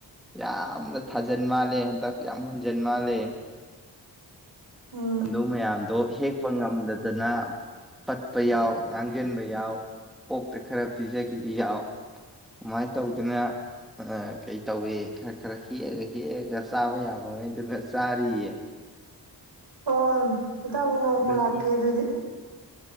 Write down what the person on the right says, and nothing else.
<inaudible> ꯎꯝ
ꯑꯣ ꯏꯇꯥꯎꯕꯨ ꯅꯣꯡꯃ
ꯂꯥꯛꯀꯦ ꯑꯗꯨꯗꯤ